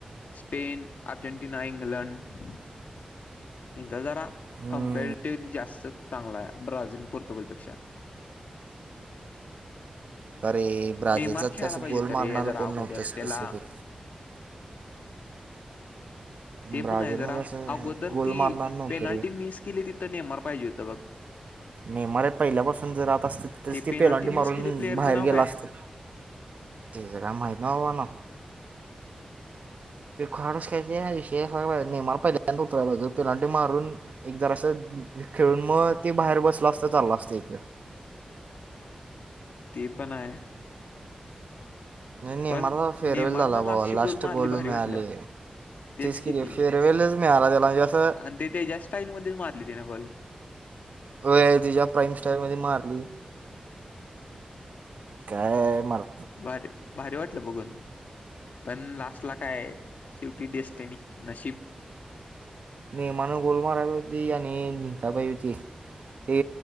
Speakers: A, on the left (about 80°); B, on the right (about 65°).
A: स्पेन अर्जेंटिना इंग्लंड यांचा जरा
B: हम्म.
A: कमपेड जास्त चांगला आहे ब्राझील पोर्तुगलपेक्षा
B: तरे ब्राझीलचा
A: नेमार
B: त्या
A: खेळायला
B: असं
A: पाहिजे
B: गोल
A: होता रे
B: मारणार
A: जरा
B: कोण
A: अगोदर
B: नव्हतं स्पेसिफिक
A: त्याला ते
B: ब्राझीलमध्येध्ये
A: पण आहे जरा
B: असं
A: अगोदर
B: गोल
A: ती
B: मारणार नव्हतं
A: पेनाल्टी
B: रे
A: मिस केली तिथं नेमार पाहिजे होतं बघ
B: ने मर पहिल्यापासून जर राहत असत तरच
A: ते
B: ती
A: पेनाल्टी
B: पेलांडी मारून
A: मिस केली प्लेयरचं
B: बाहेर
A: नाव काय
B: गेलं असत. तचं काय माहीती नाही कॉडस का अ विश मला पहि ततर पिलाट मारून एक जराअसं खेळून मग ते बाहेर बसलं असता चालला असत एकवेळ
A: ते पण आहे
B: नाही नेमारला
A: पण
B: फेअरवेल
A: नेमारन
B: झाला बाबा
A: लास्टची
B: लास्ट
A: गोल मारली भारी
B: मिळाले
A: वाटलं तेच
B: की
A: किती
B: ते
A: आहे
B: फेअरवेलच मिळाला त्याला म्हणजे असं
A: आणि ते त्याच्या्या स्टाईल मध्येच मारले ते ना बल
B: अ तिच्या प्राईम सटाईल मध्ये मारली काय मर
A: भारी भारी वाटलं बघून पण लास्ट ला काय शेवटी डेसटनी नशीब
B: नेमान गोल मारातीी याने जिंका बबतीी ते